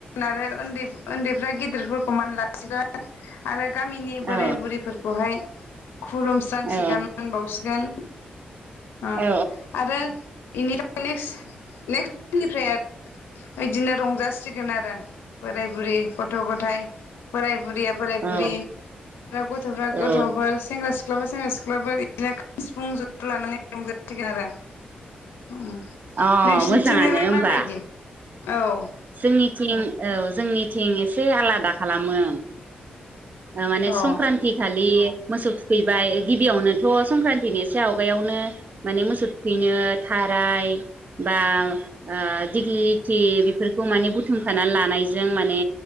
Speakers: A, on the left (about 85°); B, on the right (about 50°).
A: आरो उन्दैफ्रा गेदिरफोरखौ मान लासिगोन आरो गामिनि
B: औ
A: बोराय बुरैफोरखौहाय खुलुमस्रांसिगोन
B: औ
A: मानबावसिगोन अ
B: औ
A: आरो इनिफ्राय नेक्स नेक्स्टनिफ्राय आरो बिदिनो रंजासि सिगोन आरो बोराय बुरै गथ गथाइ बोराय बुरैया बोराय
B: औ
A: बुरि आरो गथफ्रा
B: औ
A: गथफोर सेंग्रा सिख्ला सिख्लाबा सेंग्रा सिख्लाफोर बिदिनो खाम सिफुं जथा लानानै रंजासिगोन आरो उम
B: अ
A: नोंसिनिथिंजाय
B: मोजाङानो
A: लाय
B: होमबा
A: माबायदि? औ
B: जोंनिथिं औ जोंनिथिं एसे आलादा खालामो माने
A: अ
B: संक्रान्ति खालि मोसौ थुखैबाय गिबियावनोथ संक्रान्तिनि एसे आवगायावनो माने मोसौ थुखैनो थाराय बा आ दिगलिथि बेफोर खौ माने बुथुमखानानै लानायजों माने